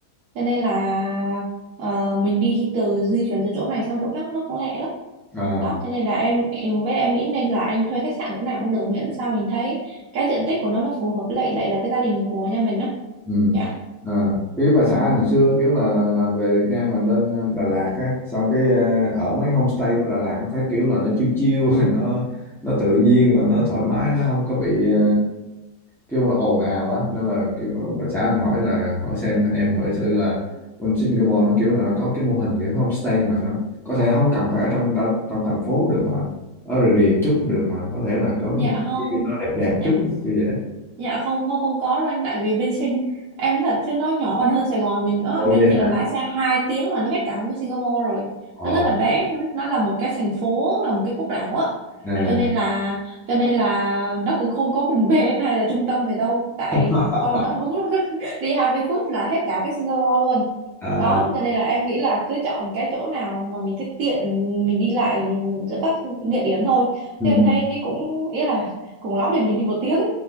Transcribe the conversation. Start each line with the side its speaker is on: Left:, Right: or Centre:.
Right: cho nên là ờ, mình đi từ di chuyển từ chỗ này sang chỗ khác nó cũng lẹ lắm
Centre: à
Right: đó thế nên là em em với em nghĩ nên là anh thuê khách sạn chỗ nào cũng được miễn sao mình thấy cái diện tích của nó nó phù hợp với lại lại là cái gia đình của nhà mình á
Centre: ừ.
Right: dạ
Centre: à, kiểu bà xã anh hồi xưa kiểu là về Việt Nam mà lên ờ, Đà Lạt á xong cái ờ, ở mấy homestay của Đà Lạt nó thấy kiểu là nó chill chill <laughs> nó nó tự nhiên và nó thoải mái nó không có bị ờ, kiểu là ồn ào á nên là kiểu bà xã em hỏi là hỏi xem em hỏi thử là bên Singapore nó kiểu là nó có cái mô hình kiểu homestay mà nó có thể không cần phải ở trong đa- trong thành phố được mà ở rìa rìa chút cũng được mà có thể là có
Right: dạ
Centre: cái những
Right: không
Centre: cái nó đẹp đẹp một
Right: dạ
Centre: chút á, kiểu vậy đó
Right: Dạ không không không có đâu anh tại vì bên Sing em thật chứ nó nhỏ còn hơn Sài Gòn mình nữa
Centre: Ồ
Right: anh
Centre: vậy
Right: chỉ
Centre: hả?
Right: cần lái xe 2 tiếng là nó hết cả một cái Singapore rồi
Centre: Ồ,
Right: nó rất là bé nó là một cái thành phố là một cái quốc đảo á
Centre: nè
Right: cho nên là cho nên là nó cũng không có vùng <laughs> ven hay là trung tâm gì đâu tại
Centre: <laughs>
Right: con nó đúng <laughs> đi 20 phút là hết cả cái Singapore luôn
Centre: à,
Right: đó cho nên là em nghĩ là cứ chọn cái chỗ nào mà mình thích tiện mình đi lại giữa các địa điểm thôi
Centre: ừ.
Right: thì em thấy cũng ý là cùng lắm thì mình đi một tiếng